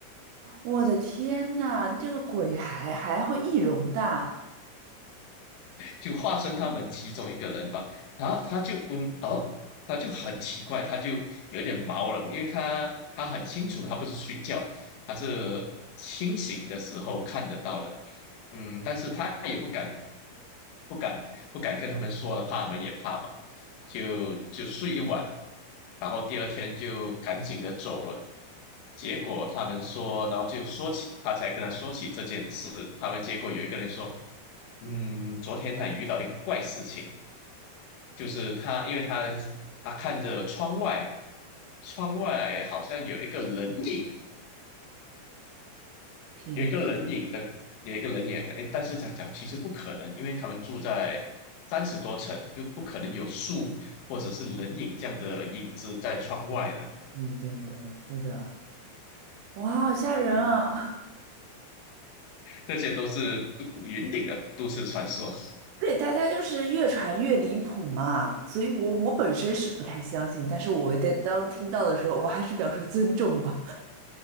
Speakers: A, on the right; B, on the left.
A: 我的天呐，这个鬼还还会易容的啊！
B: 就化身他们其中一个人吧。然后他就嗯，哦，他就很奇怪，他就有点毛了，因为他他很清楚，他不是睡觉，他是清醒的时候看得到的。嗯，但是他也不敢不敢不敢跟他们说了，怕他们也怕嘛，就就睡一晚，然后第二天就赶紧的走了。结果他们说，然后就说起，他才跟他说起这件事。他们结果有一个人说，嗯，昨天他也遇到一个怪事情，就是他因为他他看着窗外，窗外好像有一个人影，
A: 天，
B: 有一个人影的，有一个人影的可能，诶但是讲讲其实不可能，因为他们住在三十多层，就不可能有树或者是人影这样的影子在窗外的，
A: 对对对，是的。哇，好吓人啊！
B: 呃，这些都是都云顶的都市传说。<laughs>
A: <laughs> 对，大家就是越传越离谱嘛，所以我我本身是不太相信，但是我在当听到的时候，我还是表示尊重吧，